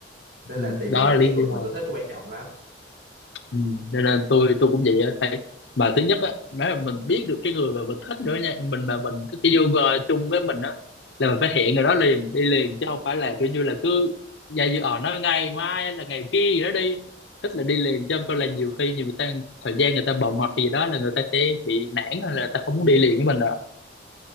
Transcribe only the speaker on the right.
nên
là tìm
được
một
cái người cùng
sở thích quan trọng lắm